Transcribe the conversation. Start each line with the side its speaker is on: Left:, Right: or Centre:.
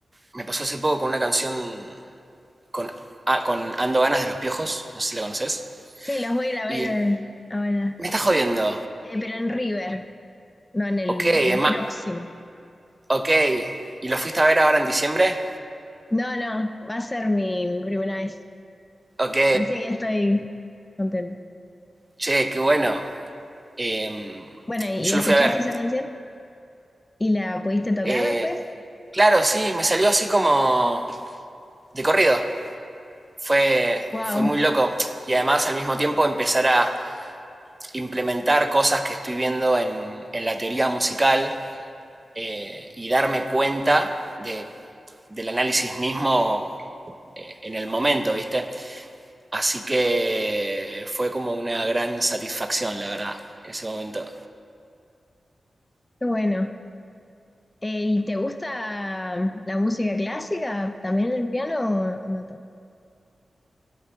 Right: Me pasó hace poco con una canción con, ah, con Ando Ganas de los Piojos, no sé si la conoces.
Left: Sí, los voy a ir a
Right: Y
Left: ver ahora.
Right: me está jodiendo.
Left: Eh, pero en River, no en el,
Right: Ok, es
Left: el
Right: más,
Left: próximo.
Right: ok. ¿Y lo fuiste a ver ahora en diciembre?
Left: No, no, va a ser mi, mi primera vez.
Right: Ok,
Left: Así que estoy contenta.
Right: che, qué bueno. Em,
Left: Bueno, ¿y,
Right: yo
Left: y escuchaste
Right: lo fui a ver.
Left: esa canción? ¿Y la pudiste tocar
Right: Eh,
Left: después?
Right: claro, sí, me salió así como de corrido. fue,
Left: ¡Wow!
Right: fue muy loco. Y además al mismo tiempo empezar a implementar cosas que estoy viendo en, en la teoría musical eh, y darme cuenta de, del análisis mismo eh, en el momento, ¿viste? Así que fue como una gran satisfacción, la verdad, ese momento.
Left: ¡Qué bueno! Eh, ¿y te gusta la música clásica? ¿También el piano o, o no tanto?